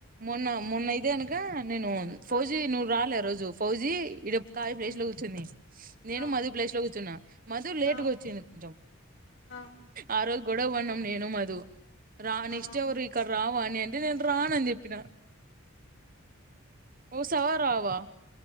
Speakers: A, on the right; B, on the left.
A: మూన్న మూన్న అయితేగనక నేను ఫోజీ
B: ఆ
A: నువ్ రాలే ఆ రోజు ఫౌజీ ఇడప్ కావ్య ప్లేస్
B: ఉమ్
A: లో కూర్చుంది నేను
B: ఆ
A: మధు ప్లేస్ లో కూర్చున్నా మధు లేట్గా
B: ఆ
A: వచ్చింది కొంచెం
B: ఆ
A: ఆ రోజ్ గొడవణం నేను మధు రా
B: ఆహా
A: నెక్స్ట్ ఎవ్వరు ఇక్కడ రా అని ఏంటిదంట్రా‌నని చెప్పినా స్సావా రావా